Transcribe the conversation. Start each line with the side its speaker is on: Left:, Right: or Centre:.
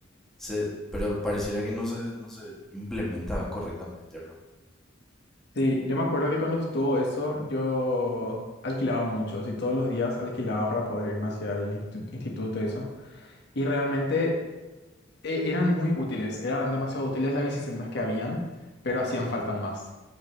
Centre: se, pero pareciera que no se, no se implementa correctamente, ¿verdad?
Left: Sí, yo me acuerdo que cuando estuvo eso, yo alquilaba mucho, y todos los días alquilaba para poder irme hacia el institu- instituto y eso. Y realmente e- eran muy útiles, eran demasiado útiles las bicisendas que habían, pero hacían falta más.